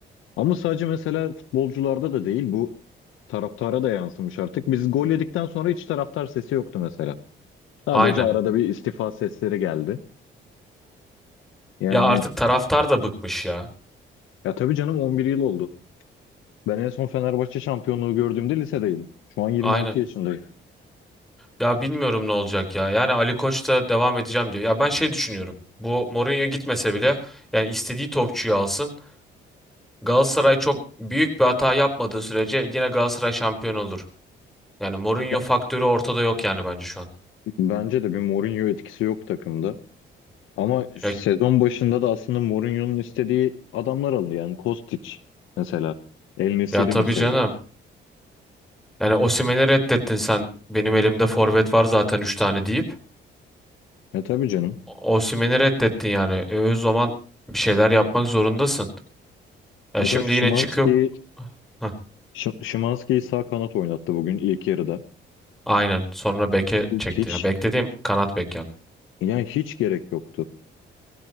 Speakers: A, on the left; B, in the centre.
A: Ama sadece mesela futbolcularda da değil bu taraftara da yansımış artık. Biz gol yedikten sonra hiç taraftar sesi yoktu mesela. Sadece
B: Aynen.
A: arada bir istifa sesleri geldi. Yani
B: Ya artık taraftar da bıkmış ya.
A: ya tabii canım 11 yıl oldu. Ben en son Fenerbahçe şampiyonluğu gördüğümde lisedeydim. Şu an 26
B: Aynen.
A: yaşındayım.
B: Ya bilmiyorum ne olacak ya. Yani Ali Koç da devam edeceğim diyor. Ya ben şey düşünüyorum. Bu Mourinho gitmese bile yani istediği topçuyu alsın. Galatasaray çok büyük bir hata yapmadığı sürece yine Galatasaray şampiyon olur. Yani Mourinho
A: Yani
B: faktörü ortada yok yani bence şu an.
A: bence de bir Mourinho etkisi yok takımda. Ama sezon
B: Ya,
A: başında da aslında Mourinho'nun istediği adamlar alındı. Yani Kostić mesela. El Nesiri
B: ya tabii
A: mesela.
B: canım. Yani Osimhen'i reddettin sen. Benim elimde forvet var zaten 3 tane deyip.
A: Ya tabii canım.
B: Osimhen'i reddettin yani. E, o zaman bir şeyler yapmak zorundasın. Ya
A: Mesela
B: şimdi
A: Szymański'yi
B: yine çıkıp Heh.
A: Szy- Szymański'yi sağ kanat oynattı bugün ilk yarıda.
B: Aynen. Sonra beke çekti.
A: Hiç
B: Ya bek dediğim kanat bek yaptı.
A: yani hiç gerek yoktu.